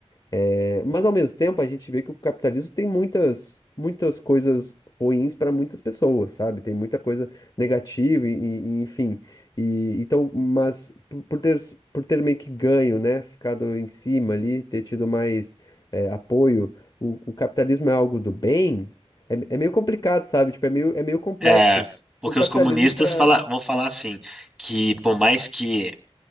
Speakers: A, on the left; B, in the centre.
A: É, mas ao mesmo tempo a gente vê que o capitalismo tem muitas, muitas coisas ruins para muitas pessoas, sabe? Tem muita coisa negativa e, e- enfim. E, então, mas por, por ter, por ter meio que ganho, né? Ficado em cima ali, ter tido mais é, apoio, o, o capitalismo é algo do bem? É, é meio complicado, sabe? Tipo, é meio, é meio complexo.
B: É, porque
A: O capitalismo
B: os comunistas
A: para.
B: fala- vão falar assim, que por mais que